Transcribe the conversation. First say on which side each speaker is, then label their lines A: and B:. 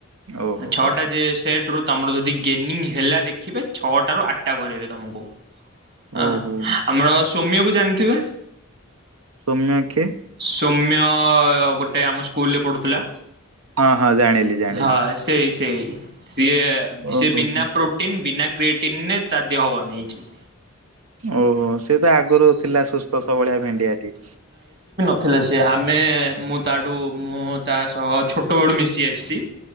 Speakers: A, on the right; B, on the right.
A: ଓହୋ
B: ଛଅଟା
A: ହୋ।
B: ସେଟ ରୁ ତମର ଯଦି ଗେନିଂ ହେଲା ଦେଖିବେ, ଛଅଟ ରୁ ଆଠଟା କରେଇବେ ତମକୁ।
A: ଓହୋ
B: ଅ ଆମର ସୋମ୍ୟକୁ ଜାଣିଥିବେ?
A: ସୌମ୍ୟ କିଏ?
B: ସୌମ୍ୟ ଗୋଟେ ଆମ ସ୍କୁଲରେ ପଢୁଥିଲା।
A: ହଁ ହଁ ଜାଣିଲି ଜାଣିଲି।
B: ହଁ ସେଇ ସିଏ
A: ଓହୋ
B: ସେ ବିନା
A: ହୋ
B: ପ୍ରୋଟିନ୍ ବିନା କ୍ରିଏଟିନରେ ତା ଦେହ ବନେଇଛି।
A: ଓହୋ ସିଏ ତ ଆଗରୁ ଥିଲା ସୁସ୍ଥ ସବଳିଆ ଭେଣ୍ଡିଆଟିଏ।
B: ଥିଲେ ସେ। ଆମେ ମୁଁ ତାଠୁ ମୁଁ ତା ସହ ଛୋଟବେଳୁ ମିଶି ଆସିଛି